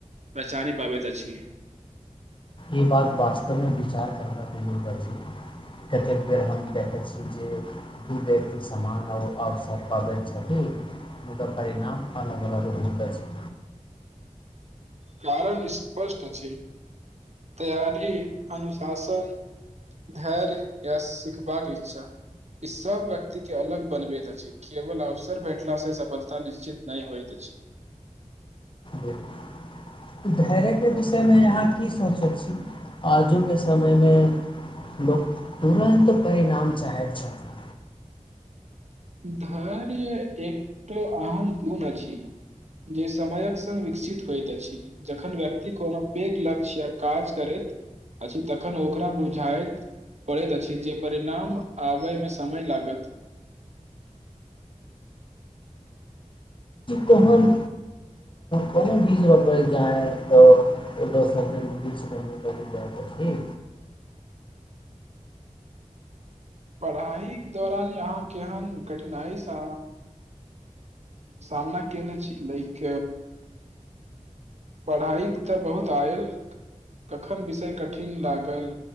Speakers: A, on the right (about 55°); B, on the left (about 40°).
A: पहचानी पाबैत अछि
B: ई बात वास्तवमे विचार करबाकके लेलग अछि कतेक बेर हम देखैत छी जे दू व्यक्ति समान आओर अवसर पाबैत छथिन मुदादा परिणाम अलग अलग होइत अछि
A: कारण स्पष्ट अछि तैयारी अनुशासन धैर्य य सिखबाक इच्छा ई सब व्यक्ति के अलग बनबैत अछि केवल अवसर भेटला से सफलता निश्चित नहि होइत अछि
B: बिल्कुल। धैर्यके विषयमे अहाँ की सोचैत छी आजुके समयमे लोक तुरन्त परिणाम चाहैत छथिन
A: धैर्य एकटाो अहम कोण अछि जे समयक सङ्ग विकसित होइत अछि जखन व्यक्ति कोनो पैघ लक्ष्य या काज करैत अछि तखन ओकरा बुझाइत पड़ैत अछि जे परिणाम आबयमे समय लागत
B: कहन कोनो बीज रोपैल जाय तऽ ओ द सेड ब ल जायके छै
A: पढ़ाइ के दौरान यहाँ केहन कठिनाइसँ सामना केने छी लाक पढ़ाइ तऽ बहुत आयल कखन विषय कठिन लागल